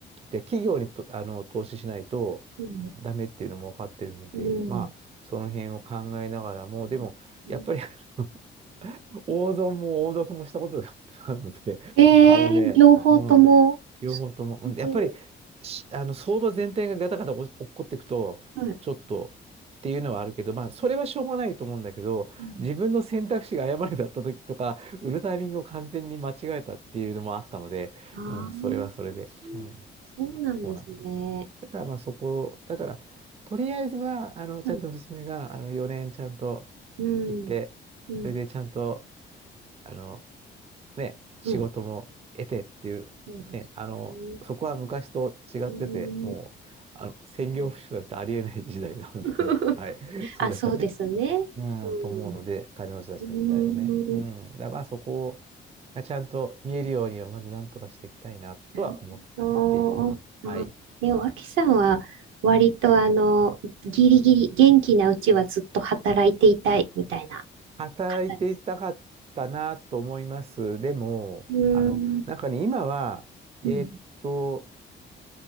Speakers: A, on the right; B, on the right.
A: って企業にと、あの、投資しないと
B: うん、
A: ダメっていうのもわかってるので、
B: うん、
A: まあ、その辺を考えながらも、
B: う
A: でも、やっぱり
B: ん
A: <laughs> 王損も王読もしたことがあるので、<laughs>
B: ええー両方とも。
A: あのね、うん、両方とも、
B: す
A: うん、
B: ごい。
A: やっぱり、しあの相場全体がガタガタお落っこっていくと、
B: はい。
A: ちょっとっていうのはあるけど、まあ、それはしょうがないと思うんだけど、
B: うん。
A: 自分の選択肢が誤りだった時とか、売るタイミングを完全に間違えたっていうのもあったので、
B: ああ、
A: うん、それはそれで、うん、
B: そうなんですね。
A: そうなんですよ。だからまあそこ、だから、とりあえずは、あの、ちゃんと娘が、
B: はい
A: あの、4年ちゃんと
B: うん。
A: 行って、
B: うん。
A: それでちゃんと、あの、ね、仕事も得てっていう、
B: うん。うん。そうですね。
A: ね、あの、そこは昔と違ってて、
B: うん。
A: もう、あの、専業主婦なんてありえない時代なので、
B: うん <laughs>
A: <laughs> はい、それはね、
B: あ、そうですね。
A: うん、
B: うん。
A: と思うので、彼女たちの時代はね。
B: うん。
A: うん、
B: うん
A: だまあそこがちゃんと見えるようには、まず何とかしていきたいなとは思っています。
B: なるほど。
A: はい。
B: あ、え、脇さんは割とあの、ギリギリ元気なうちはずっと働いていたいみたいな
A: 働いていたかったなと思います。
B: 方です。
A: でも、
B: うーん、
A: あの、なんかね、今は、えーっと、
B: うん、